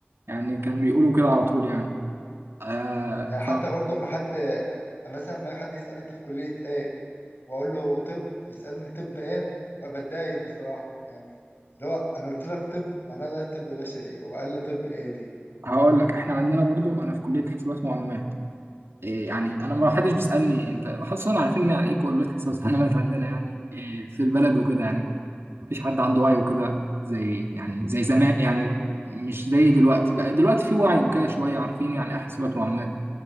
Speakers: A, on the right; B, on the left.
A: يعني كانوا بيقولوا كده على طول يعني آه
B: يعني حتى برضه ما حد مثلا ما حد يسألني أنت في كلية إيه وأقول له طب يسألني طب إيه ب- بتضايق بصراحة يعني اللي هو أنا قلت لك طب معناها لا طب بشري وقال لي طب إيه دي
A: فهقول لك احنا عندنا برضو انا في كلية حسابات ومعلومات إيه يعني انا ما حدش بيسالني انت حاسس انا عارفين يعني ايه كليه حساب ومعلومات عندنا يعني إيه في البلد وكده يعني مفيش حد عنده وعي وكده زي يعني زي زمان يعني مش زي دلوقتي بقى دلوقتي في وعي وكده شويه عارفين يعني ايه حاسبات ومعلومات